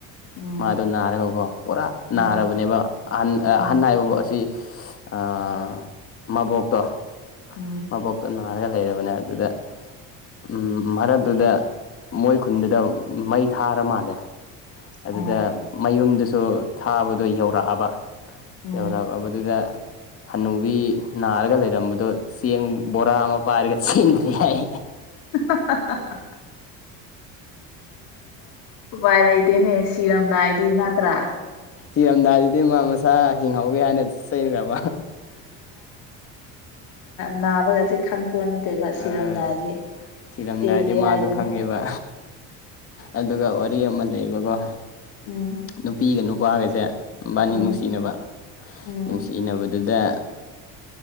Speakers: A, on the left (about 75°); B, on the left (about 40°).
A: ꯎꯝ
B: ꯃꯥꯗꯣ ꯅꯥꯔꯒꯀꯣ ꯄꯨꯔꯥ
A: ꯎꯝ
B: ꯅꯥꯔꯕꯅꯦꯕ ꯑꯍꯟ
A: ꯎꯝ
B: ꯑꯍꯟ ꯍꯥꯏꯕꯐꯥꯎ ꯑꯁꯤ ꯑ ꯃꯕꯣꯛꯇꯣ
A: ꯎꯝ
B: ꯃꯕꯣꯛꯇ ꯅꯥꯔꯒ ꯂꯩꯔꯕꯅꯦ ꯑꯗꯨꯗ
A: <unintelligible>
B: ꯎꯝ ꯃꯔꯛꯇꯨꯗ ꯃꯣꯏ ꯈꯨꯟꯗꯨꯗ ꯃꯩ ꯊꯥꯔ ꯃꯥꯜꯂꯦ ꯑꯗꯨꯗ
A: ꯑꯣ
B: ꯃꯌꯨꯝꯗꯨꯁꯨ ꯊꯥꯕꯗꯣ ꯌꯧꯔꯛꯑꯕ
A: ꯎꯝ
B: ꯌꯧꯔꯛꯕꯗꯨꯗ ꯍꯅꯨꯕꯤ ꯅꯥꯔꯒ ꯂꯩ ꯂꯩꯔꯝꯕꯗꯣ ꯆꯦꯡ ꯕꯣꯔꯥ ꯑꯃ ꯄꯥꯏꯔꯒ ꯆꯦꯟꯈ꯭ꯔꯦ ꯍꯥꯏꯏ
A: <unintelligible> ꯚꯥꯏ ꯂꯩ ꯂꯩꯇꯦꯅꯦ ꯁꯤꯔꯝꯗꯥꯏꯗꯤ ꯅꯠꯇ꯭ꯔ
B: ꯊꯤꯔꯝꯗꯥꯏꯗꯨꯗꯤ ꯃꯥ ꯃꯁꯥ ꯍꯤꯡꯍꯧꯒꯦ ꯍꯥꯏꯅ ꯆꯩꯅꯈ꯭ꯔꯕ
A: ꯅꯥꯕꯒꯁ ꯈꯪ ꯄꯣꯟꯅ ꯇꯩꯕ ꯁꯤꯔꯝꯗꯥꯏꯗꯤ
B: ꯑꯥ ꯁꯤꯔꯝꯗꯥꯏꯗꯤ
A: ꯆꯦꯜꯂꯤ
B: ꯃꯥꯁꯨ
A: ꯍꯥꯏꯗꯅ
B: ꯈꯪꯉꯦꯕ ꯑꯗꯨꯒ ꯋꯥꯔꯤ ꯑꯃ ꯂꯩꯌꯦꯕꯀꯣ
A: ꯎꯝ
B: ꯅꯨꯄꯤꯒ ꯅꯨꯄꯥꯒꯁꯦ ꯅꯨꯕꯥꯅꯤ
A: ꯎꯝ
B: ꯅꯨꯡꯁꯤꯅꯕ
A: ꯎꯝ
B: ꯅꯨꯡꯁꯤꯅꯕꯗ ꯑꯗꯨꯗ